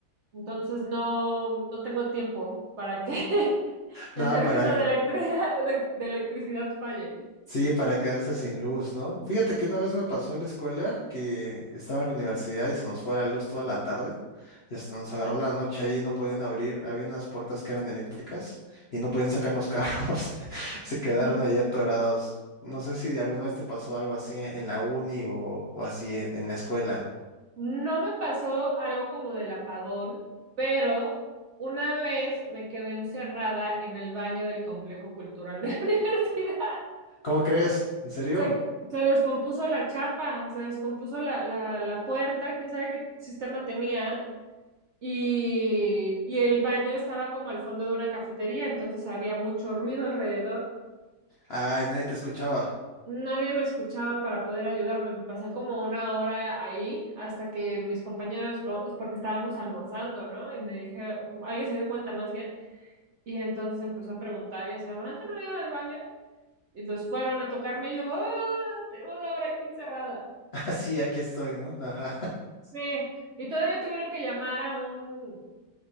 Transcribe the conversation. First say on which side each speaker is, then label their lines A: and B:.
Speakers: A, on the right; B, on the left.
A: entonces no, no tengo tiempo para que <laughs> el
B: Nada,
A: servicio
B: para
A: de electricidad, de de electricidad falle.
B: Sí, para quedarse sin luz, ¿no? Fíjate que una vez me pasó en la escuela que estaba en la universidad y se nos fue la luz toda la tarde y hasta nos agarró la noche ahí, no podían abrir, había unas puertas que eran eléctricas y no podían sacar los carros, <laughs> se quedaron
A: No.
B: ahí atorados. No sé si de alguna vez te pasó algo así en la uni o, o así en, en la escuela.
A: No me pasó algo como del apagón, pero una vez me quedé encerrada en el baño del complejo cultural de la <laughs> universidad.
B: ¿Cómo crees? ¿En serio?
A: Se, se descompuso la chapa, se descompuso la, la, la puerta, quién sabe qué sistema tenía, y, y el baño estaba como al fondo de una cafetería, entonces había mucho ruido alrededor.
B: Ay, nadie te escuchaba. <laughs>
A: Nadie me escuchaba para poder ayudarme. Me pasé como una hora ahí hasta que mis compañeros, co- porque estábamos almorzando, ¿no? Y me dije, alguien se dio cuenta más bien, y entonces empezó a preguntar y así, ¿Amarante no ha ido al baño? Y entonces fueron a tocarme y yo, ¡ah! Tengo una hora aquí encerrada.
B: Ah, sí, aquí estoy, ¿no? Ajá.
A: Sí, y todavía tuvieron que llamar a un,